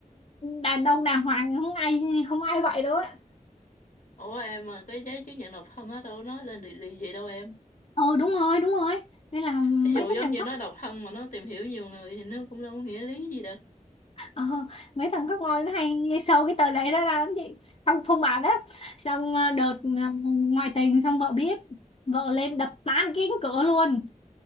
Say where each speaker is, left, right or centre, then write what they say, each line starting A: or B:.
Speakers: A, on the left (about 45°); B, on the left (about 65°).
A: đàn ông đàng hoàng không ai không ai vậy đâu á
B: Ủa em mà cái giấy chứng nhận độc thân á đâu nói lên được điều gì đâu em?
A: ờ đúng rồi đúng rồi nên là mấy
B: ví dụ
A: cái
B: giống
A: thằng
B: như nó độc thân mà nó tìm hiểu nhiều người thì nó cũng đâu có nghĩa lý gì đâu
A: Ờ, mấy thằng khóc ngôi nó hay nghe sâu cái tờ giấy đó ra lắm chị phong phong bà đó xong ờ, đợt ờ, ngoại tình xong vợ biết vợ lên đập tan cái cánh cửa luôn